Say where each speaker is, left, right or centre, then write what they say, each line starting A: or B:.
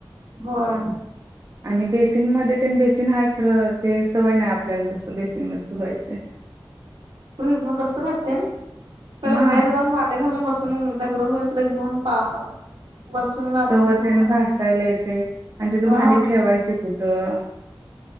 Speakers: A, on the right; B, on the right.
A: होय
B: आणि बेसिनमध्येध्ये त्या बेसिन हाय खरं ते सवय नाही आपल्याला तस बेसिनमध्ये धुवायचे <inaudible>
A: र मग गस्त भरते ना त्याला
B: हा
A: बाहेर जाऊन मांडे घालून बसून द इड इकडे घेऊन पा बसून घासून
B: तवतेन
A: सवय
B: घसायला येते आणि तिथ
A: हा.
B: भांडी ठेवायची कुठं